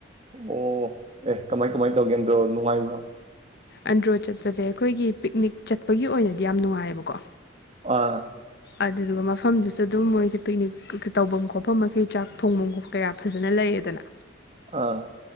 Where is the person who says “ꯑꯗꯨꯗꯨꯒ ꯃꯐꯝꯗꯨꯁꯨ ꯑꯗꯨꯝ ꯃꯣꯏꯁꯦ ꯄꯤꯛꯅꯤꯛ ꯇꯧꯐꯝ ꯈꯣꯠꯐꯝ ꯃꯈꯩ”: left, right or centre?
Left